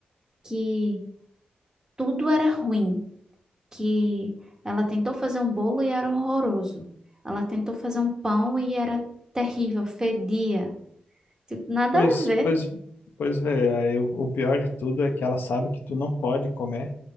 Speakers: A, on the right; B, on the left.
A: que tudo era ruim, que ela tentou fazer um bolo e era horroroso. Ela tentou fazer um pão e era terrível, fedia. Tipo, nada
B: Pois,
A: a ver.
B: pois, pois vê, aí o o pior de tudo é que ela sabe que tu não pode comer.